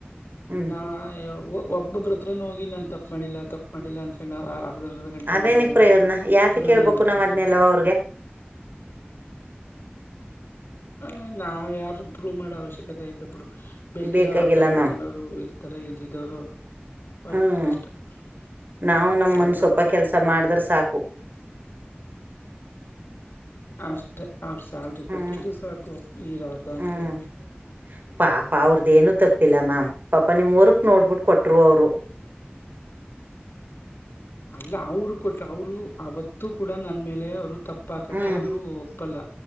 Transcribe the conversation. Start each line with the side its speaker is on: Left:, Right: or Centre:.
Right: ಹ್ಮ್
Left: ನಾ ಯ ಒಬ್ಬೊಬ್ಬ್ರತ್ರನ ಹೋಗಿ ನಾನ್ ತಪ್ಪ ಮಾಡಿಲ್ಲ ತಪ್ಪ ಮಾಡಿಲ್ಲಾ ಅನ್ಕೊಂಡ ಆ ಅರ್ಧ ಅರ್ಧ ಗಂಟೆ
Right: ಅದೇನಕ್
Left: ಒಂದೊಂದು ಗಂಟೆ
Right: ಪ್ರಯೋಜನ ಯಾತಿ
Left: ಪುರಾಣ
Right: ಕೇಳ್ಬೇಕು
Left: ಹೇಳಕಾಯ್ತಿದಾ
Right: ನಾವ್ ಅದ್ನೆಲ್ಲವ ಅವ್ರಿಗೆ
Left: ಹ ನಾವ್ ಯಾರ ಪ್ರೂವ್ ಮಾಡೋ ಅವಶ್ಯಕತೆ ಐತೆ ಬಿುಡು ಬೇಕಿರೋರು
Right: ಬೇಕಾಗಿಲ್ಲ
Left: ಅರ್ಥ ಮಾಡ್ಕೊಂಡಾದ್ರು
Right: ಮ್ಯಾಮ್
Left: ಇರ್ತಾರ ಇಲ್ದಿದ್ದವರು ಒಯತದಷ್ಟೆ
Right: ಹ್ಮ್ ನಾವು
Left: ಸಾಕ್
Right: ನಮ್ಮನ್
Left: ಸಾಕಾಗ್ಬಿಡ್ತು
Right: ಸ್ವಲ್ಪ ಕೆಲ್ಸ
Left: ಕನಪ್ಪಾ
Right: ಮಾಡಿದ್ರ ಸಾಕು
Left: ಹ್ಮ ಅಷ್ಟೆ ಅವ್ರ ಸ್ಯಾಲ್ರಿ ಕೊಟ್ಟಿದ್ದು
Right: ಹ್ಮ್
Left: ಸಾಕು ಈರ್ದಂತೂ
Right: ಹ್ಮ್ ಪಾಪ ಅವ್ರದೇನು ತಪ್ಪಿಲ್ಲ ಮಾಮ ಪ್ಪ ನೀ ಮೂರಕ್ಕೆ ನೋಡ್ಬಿಟ್ಟು ಕೊಟ್ರು ಅವರು
Left: ಇಲ್ಲ ಅವರು ಕೊಟ್ಟ ಅವರು ಅವತ್ತು ಕೂಡ ನನ್ನ ಮೇಲೆ ಅವರು ತಪ್ಪ ಪಾಕಕ್ಕೆ
Right: ಹ್ಮ್
Left: ಅವರು ಒಪ್ಪಲ್ಲ